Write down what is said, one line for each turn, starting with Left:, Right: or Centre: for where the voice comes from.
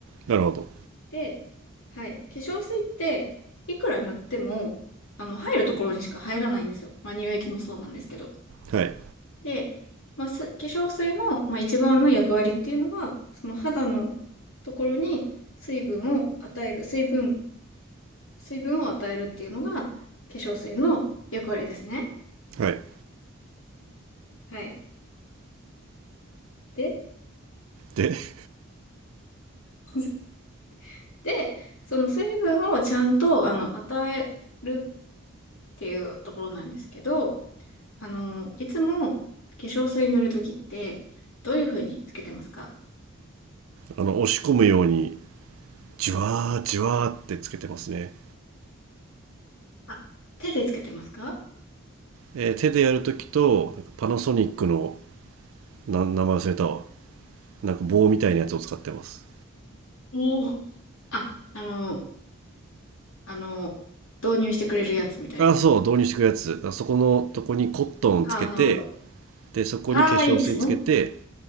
Right: なるほど。
Left: で、はい。化粧水って、いくら塗っても、あの、入るところにしか入らないんですよ。まあ、乳液もそうなんですけど。
Right: はい。
Left: で、まあ、す化粧水の、まあ、一番の役割っていうのは、その肌のところに水分を与える、水分、水分を与えるっていうのが、化粧水の役割ですね。
Right: はい。
Left: はい。で、
Right: で、
Left: <laughs> で、その水分をちゃんと、あの、与えるっていうところなんですけど、あの、いつも化粧水塗るときって、どういうふうにつけてますか
Right: あの、押し込むように、じわーじわーってつけてますね。
Left: あ、手でつけてますか
Right: えー手でやるときと、なんかパナソニックの、な、名前忘れたわ。なんか棒みたいなやつを使ってます。
Left: おおー。あ、あの、あの、導入してくれるやつみたいな。
Right: あ、そう、導入してくるやつ。あそこのとこにコットンつけて、
Left: ああ、なるほど。
Right: で、そこに化粧水つけて、
Left: ああ、いいですね。